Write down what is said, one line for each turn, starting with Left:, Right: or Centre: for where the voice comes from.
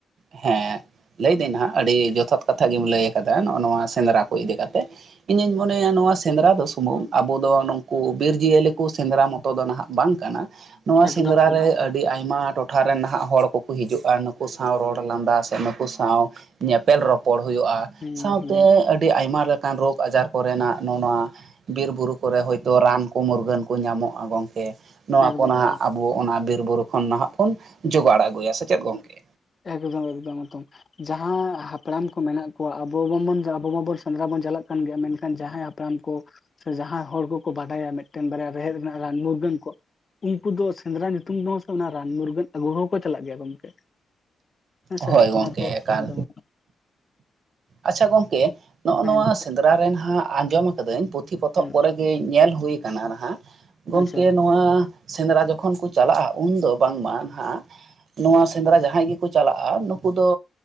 Right: ᱦᱮᱸ ᱞᱟᱹᱭ ᱫᱟᱹᱧ ᱦᱟᱸᱜ ᱟᱹᱰᱤ ᱡᱚᱛᱷᱟᱛ ᱠᱟᱛᱷᱟ ᱜᱮᱢ ᱞᱟᱹᱭ ᱟᱠᱟᱫᱟ ᱱᱚᱜ-ᱚ ᱱᱚᱣᱟ ᱥᱮᱸᱫᱽᱨᱟ ᱠᱚ ᱤᱫᱤ ᱠᱟᱛᱮᱫ᱾ ᱤᱧ ᱤᱧ ᱢᱚᱱᱮᱭᱟ ᱱᱚᱣᱟ ᱥᱮᱸᱫᱽᱨᱟ ᱫᱚ ᱥᱩᱢᱩᱝ ᱟᱵᱚ ᱫᱚ ᱱᱩᱠᱩ ᱵᱤᱨ ᱡᱤᱭᱟᱹᱞᱤ ᱠᱚ ᱥᱮᱸᱫᱽᱨᱟ ᱢᱚᱛᱚ ᱫᱚ ᱱᱟᱦᱟᱜ ᱵᱟᱝ ᱠᱟᱱᱟ᱾ ᱱᱚᱣᱟ
Left: ᱮᱠᱫᱚᱢ
Right: ᱥᱮᱸᱫᱽᱨᱟ
Left: ᱮᱠᱫᱚᱢ
Right: ᱨᱮ ᱟᱹ- ᱰᱤ ᱟᱭᱢᱟ ᱴᱚᱴᱷᱟ ᱨᱮᱱ ᱱᱟᱦᱟᱜ ᱦᱚᱲ ᱠᱚᱠᱚ ᱦᱤᱡᱩᱜ-ᱟ, ᱱᱩᱠᱩ ᱥᱟᱶ ᱨᱚᱲ ᱞᱟᱸᱫᱟ ᱥᱮ ᱱᱩᱠᱩ ᱥᱟᱶ ᱧᱮᱯᱮᱞ ᱨᱚᱯᱚᱲ ᱦᱩᱭᱩᱜ-ᱟ
Left: ᱦᱩᱸ
Right: ᱥᱟᱶᱛᱮ
Left: ᱦᱩᱸ
Right: ᱟᱹᱰᱤ ᱟᱭᱢᱟ ᱞᱮ- ᱠᱟᱱ ᱨᱳᱜ-ᱟᱡᱟᱨ ᱠᱚᱨᱮᱱᱟᱜ ᱱᱚᱜ-ᱚ ᱱᱚᱣᱟ ᱵᱤᱨ ᱵᱩᱨᱩ ᱠᱚᱨᱮ ᱦᱚᱭ ᱛᱳ ᱨᱟᱱ ᱠᱚ ᱢᱩᱨᱜᱟᱹᱱ ᱠᱚ ᱧᱟᱢᱚᱜ-ᱟ ᱜᱚᱢᱠᱮ᱾ ᱱᱚᱣᱟ
Left: ᱮᱠᱫᱚᱢ
Right: ᱠᱚ ᱱᱟᱦᱟᱜ
Left: ᱮᱠᱫᱚᱢ
Right: ᱟᱵᱚ ᱚᱱᱟ ᱵᱤᱨ ᱵᱩᱨᱩ ᱠᱷᱚᱱ ᱱᱟᱦᱟᱜ ᱵᱚᱱ ᱡᱚᱜᱟᱲ ᱟᱹᱜᱩᱭᱟ ᱥᱮ ᱪᱮᱫ ᱜᱚᱝᱠᱮ?
Left: ᱮᱠᱫᱚᱢ ᱮᱠᱫᱚᱢ ᱮᱫᱚᱢ, ᱡᱟᱦᱟᱸ ᱦᱟᱯᱲᱟᱢ ᱠᱚ ᱢᱮᱱᱟᱜ ᱠᱚᱣᱟ ᱟᱵᱚ ᱟᱵᱚ ᱢᱟᱵᱚᱱ ᱥᱮᱸᱫᱽᱨᱟ ᱵᱚᱱ ᱪᱟᱞᱟᱜ ᱠᱟᱱ ᱜᱮᱭᱟ ᱢᱮᱱᱠᱷᱟᱱ ᱡᱟᱦᱟᱸᱭ ᱦᱟᱯᱲᱟᱢ ᱠᱚ ᱥᱮ ᱡᱟᱦᱟᱸᱭ ᱦᱚᱲ ᱠᱚᱠᱚ ᱵᱟᱰᱟᱭᱟ ᱢᱤᱫᱴᱮᱱ ᱵᱟᱨᱭᱟ ᱨᱮᱦᱮᱫ ᱨᱮᱱᱟᱜ ᱨᱟᱱ ᱢᱩᱨᱜᱟᱹᱱ ᱠᱚ᱾ ᱩᱱᱠᱩ ᱫᱚ ᱥᱮᱸᱫᱽᱨᱟ ᱧᱩᱛᱩᱢ ᱛᱮᱦᱚᱸ ᱥᱮ ᱚᱱᱟ ᱨᱟᱱ ᱢᱩᱨᱜᱟᱹᱱ ᱟᱹᱜᱩ ᱦᱚᱸ ᱠᱚ ᱪᱟᱞᱟᱜ ᱜᱮᱭᱟ ᱜᱚᱢᱠᱮ᱾ ᱦᱮᱸᱥᱮ
Right: ᱦᱳᱭ ᱜᱚᱝᱠᱮ
Left: ᱚᱱᱟ ᱠᱚ᱾
Right: ᱮᱠᱟᱞ
Left: ᱮᱠᱫᱚᱢ ᱮᱠᱫᱚᱢ,
Right: ᱟᱪᱪᱷᱟ ᱜᱚᱝᱠᱮ ᱱᱚᱜ-ᱚ
Left: ᱦᱮᱸ
Right: ᱱᱚᱣᱟ
Left: ᱜᱚᱢᱠᱮ
Right: ᱥᱮᱸᱫᱽᱨᱟ ᱨᱮᱱ ᱦᱟᱸᱜ ᱟᱸᱡᱚᱢ ᱟᱠᱟᱫᱟᱹᱧ ᱯᱩᱛᱷᱤ, ᱯᱚᱛᱚᱵ
Left: ᱦᱮᱸ
Right: ᱠᱚᱨᱮ- ᱡᱮ ᱧᱮᱞ ᱦᱩᱭ ᱟᱠᱟᱱᱟ ᱱᱟᱦᱟᱜ ᱜᱚᱝᱠᱮ
Left: ᱟᱪᱪᱷᱟ
Right: ᱱᱚ- ᱣᱟ ᱥᱮᱸᱫᱽᱨᱟ ᱡᱚᱠᱷᱚᱱ ᱠᱚ ᱪᱟᱞᱟᱜ-ᱟ ᱩᱱ ᱫᱚ ᱵᱟᱝᱢᱟ ᱱᱟᱦᱟᱜ ᱱᱚᱣᱟ ᱥᱮᱸᱫᱽᱨᱟ ᱡᱟᱦᱟᱸᱭ ᱜᱮᱠᱚ ᱪᱟᱞᱟᱜ-ᱟ ᱱᱩᱠᱩ ᱫᱚ